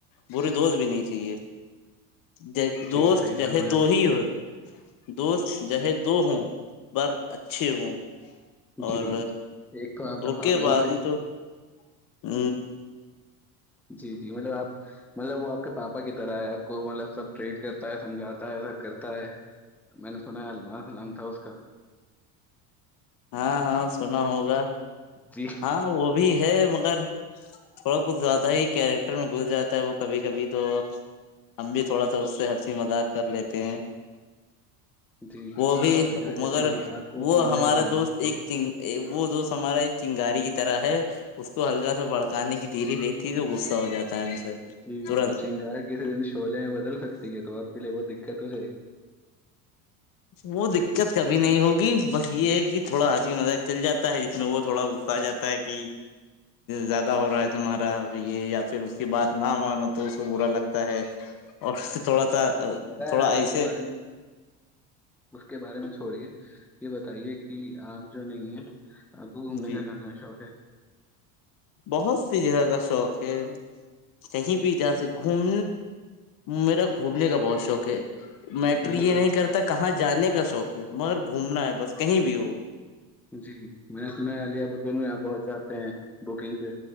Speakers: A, on the left; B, in the centre.
A: بری دوست بھی نہیں چاہیے ج دوست
B: جی صحیح
A: جسے
B: فرمایا
A: دو
B: آپ نے۔
A: ہی ہو دوست جہ دو ہوں پر اچھے ہوں
B: جی
A: اور
B: ایک تو آپ
A: دوکے
B: کا پاپا
A: بعاز
B: ہے
A: ہی تو ہ
B: جی جی مطلب آپ مطلب وہ آپ کے پاپا کی طرح ہے آپ کو مطلب سب ٹریٹ کرتا ہے سمجھاتا ہے سب کرتا ہے میں نے سنا ہے المار نام تھا اس کا
A: ہاں ہاں سنا ہوگا
B: جی
A: ہاں وہ بھی ہے مگر تھوڑا کچھ زیادہ ہی کیریکٹر میں گس جاتا وہ کبھی کبھی تو ہم بھی تھوڑا سا اس سے ہرسیی مذاق کر لیتے ہیں
B: جی
A: وہ بھی
B: اور کیا کہتے
A: مگر
B: ہیں آپ کو
A: وہ
B: گھومنے
A: ہمارا
B: کا کہاں کہاں
A: دوست
B: شوق
A: ایک
B: ہے
A: وہ دو س ہمارا چنگاری کی طرح ہے اس کو ہلکا سا بھڑکانے کی دھیری رہتی ہے تو غصہ ہو جاتا ہے ہم سے
B: جی
A: ترنت
B: وہ چنگار کسی دن شلہے میں بدل سکتی ہے تو آپ کے لیے بہت دقت ہو جائے گی
A: وہ دقت کبھی نہیں ہوگی بس یہ ہے کہ تھوڑا ہسی مزاق چل جاتا ہے جس میں وہ تھوڑا گفتا آ جاتا ہے کہ زیادہ ہو رہا ہے تمہارا بھ یہ یا پھر اس کی بات نہ مانو تو اس کو برا لگتا ہے اور تھوڑا سا
B: بہ
A: تھوڑا
B: رہا ہے
A: ایسے
B: اس کے بارے میں اس کے بارے میں چھوڑیے یہ بتائیے کہ آپ جو نہیں ہے آپ کو گھومنے
A: جی
B: کا کہاں کا شوق ہے
A: بہت سی جگہ کا شوق ہے کہیں بھی جا سک گھوم میرا گھومنے کا بہت شوق ہے میٹر
B: میں نے
A: یہ نہیں کرتا کہاں جانے کا شوق ہے مگر گھومنا ہے بس کہیں بھی ہو
B: جی میں نے سنا ہے عیا ب میں آپ بہت چاہتے ہیں بکنگ پہ